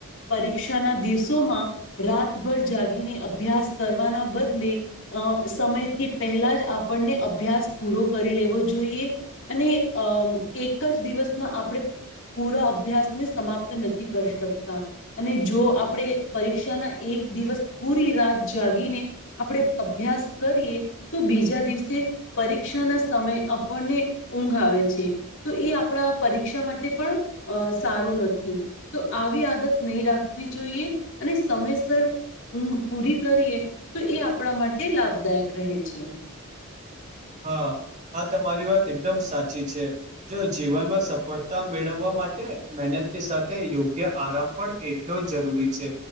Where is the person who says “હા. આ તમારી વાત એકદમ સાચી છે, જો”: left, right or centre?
Right